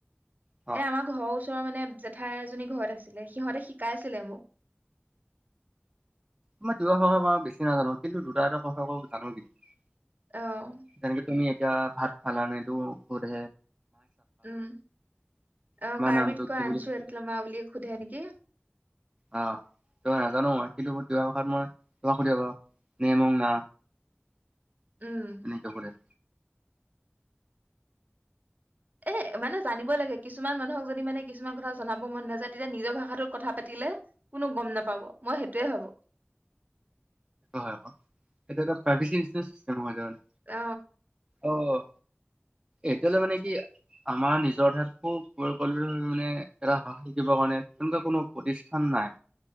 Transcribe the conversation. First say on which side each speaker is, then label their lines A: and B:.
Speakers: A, on the right (about 15°); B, on the right (about 40°).
A: অ
B: এ আমাৰ ঘৰৰ ওচৰৰ মানে ঠাই এজনী ঘৰত আছিলে সিহঁতে শিকাই ছিলে মোক।
A: আমাৰ তিৱা ভাষা মা বেছি নাজানো কিন্তু দুটা এটা কথা ক'ব জানো কিন্তু।
B: আ অ
A: যেনেকে তুমি এতিয়া ভাত খালানেটো সুধে?
B: উম, অ
A: তোমাৰ
B: কাৰ্বিত
A: নামটো
B: কয়
A: কি
B: আনছো
A: বুলি সুধিলে
B: এটলমা বুলিয়ে সোধে নেক- কি?
A: আহ তই নাজানো মই কিন্তু তিৱা ভাষাত মই তোমাক সুধিব নে মোং না।
B: উম
A: কিন্তু কৰে।
B: এ মানে জানিব লাগে, কিছুমান মানুহক যদি মানে কিছুমান কথা জনাব মন নাযায়, তেতিয়া নিজৰ ভাষাটোত কথা পাতিলে কোনো গম নাপাব মই সেইটোয়ে ভাবো।
A: হয় আক, এইটো এটা প্ৰাইভেচি নিচিনা চিষ্টেম হৈ যায় মানে,
B: অ
A: অঁ এতিয়ালৈ মানে কি আমাৰ নিজৰ ঠাইত <unintelligible> মানে এটা <unintelligible> শিকিবৰ কাৰণে তেনেকুৱা কোনো প্ৰতিষ্ঠান নাই।